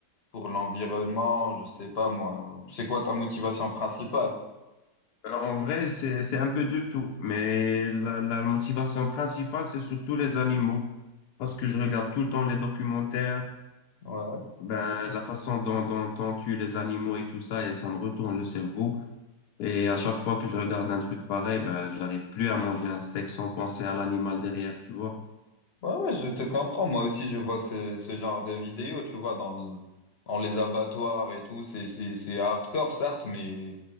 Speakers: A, on the left; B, on the left.
A: pour l'environnement? Je sais pas moi. C'est quoi ta motivation principale?
B: Ben, En vrai, c'est c'est un peu de tout, mais la, la motivation principale, c'est surtout les animaux, parce que je regarde tout le temps les documentaires,
A: Ouais.
B: ben la façon dont dont on tue les animaux et tout ça, et ça me retourne le cerveau. Et à chaque fois que je regarde un truc pareil, ben, je n'arrive plus à manger un steak sans penser à l'animal derrière, tu vois.
A: Ouais, ouais, je te comprends. Moi aussi, je vois ce, ce genre de vidéos, tu vois, dans le- dans les abattoirs et tout. C'est, c'est, c'est hardcore, certes, mais,